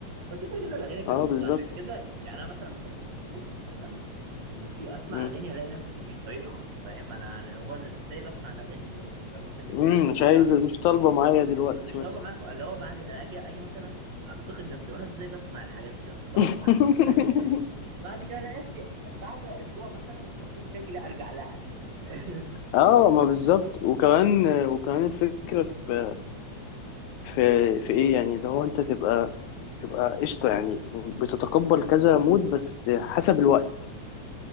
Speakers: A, on the right; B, on the left.
A: فكده كده الاغاني بالمود
B: اه بالظبط
A: عشان كده يعني انا مثلا ممكن اكون في مود تمام وفي اسمع
B: امم
A: اغاني الاقي نفسي مش طايقها فاهم انا انا هو انا ازاي بسمع الاغاني دي اصلا فاهم مثلا جيت
B: أمم،
A: سمعت اغنيه
B: مش عايز
A: شعبي
B: مش طالبة معايا دلوقتي
A: مش
B: مثلا
A: طالبه معايا خ- اللي هو بعد اجي اجي مثلا انتقد نفسي وانا ازاي بسمع الحاجات دي اصلا طب
B: <laughs>
A: امسحها مش عارف <laughs> بعد كده الاقي نفسي بعد اسبوع مثلا ابقى في مود تاني لا ارجع لها تاني <laughs>
B: اه ما بالظبط وكمان وكمان الفكرة في في في ايه يعني اللي هو انت تبقى تبقى قشطة يعني بتتقبل كذا مود بس حسب الوقت